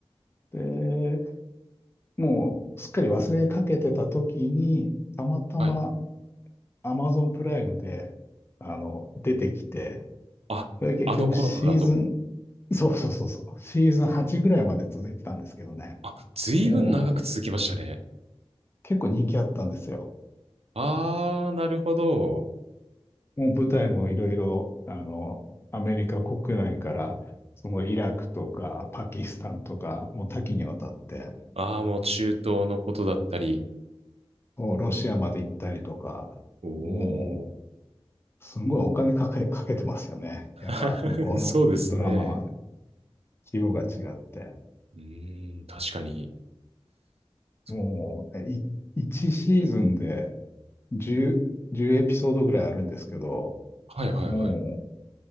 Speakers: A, on the left; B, on the right.
A: で、もうすっかり忘れかけてた時に、たまたま
B: はい。
A: Amazon プライムで、あの、出てきて、
B: あ、
A: それが結局シーズン、
B: あの頃のだと。
A: そうそうそうそう、シーズン8ぐらいまで続いてたんですけどね、
B: あ、ずいぶん長く続きましたね。
A: もう結構人気あったんですよ。
B: ああ、なるほど。
A: もう舞台もいろいろ、あの、アメリカ国内から、そのイラクとかパキスタンとか、もう多岐にわたって、
B: ああ、もう中東のことだったり。
A: もうロシアまで行ったりとか、
B: おお、
A: もう、すごいお金かけ、かけてますよね。やっぱ、
B: <laughs>
A: 向こうのドラマは、
B: そうですね。
A: 規模が違って。
B: うーん、確かに。そ
A: もう、い、1シーズンで10、じゅうエピソードぐらいあるんですけど、
B: はい、はい、
A: もう、
B: はい。